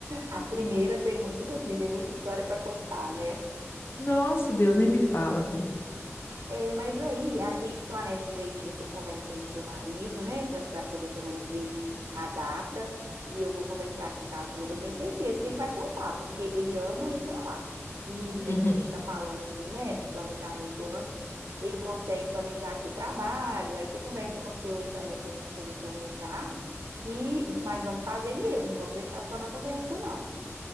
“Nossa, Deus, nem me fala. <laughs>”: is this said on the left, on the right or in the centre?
Left